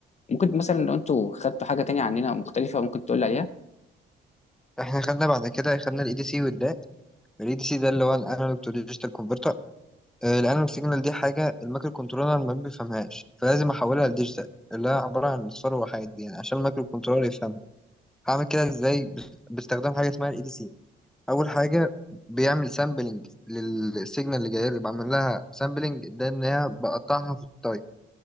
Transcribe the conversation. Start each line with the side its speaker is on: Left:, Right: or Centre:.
Left: ممكن مثلا لو انتوا خدتوا حاجه تانية عننا مختلفه ممكن تقول لي عليها
Centre: احنا خدنا بعد كده خدنا الاي دي سي والداك الاي دي سي ده اللي هو الانالوج تو ديجيتال كونفرتر الانالوج سيجنال دي حاجه المايكرو كنترولر ما بيفهمهاش فلازم احولها لديجيتال اللي هي عباره عن اصفار وحيد يعني عشان المايكرو كنترولر يفهم هعمل كده ازاي ب- باستخدام حاجه اسمها الاي دي سي اول حاجه بيعمل سامبلنج للسيجنال اللي جايه لي بعمل لها سامبلنج ده ان هي بقطعها في التايم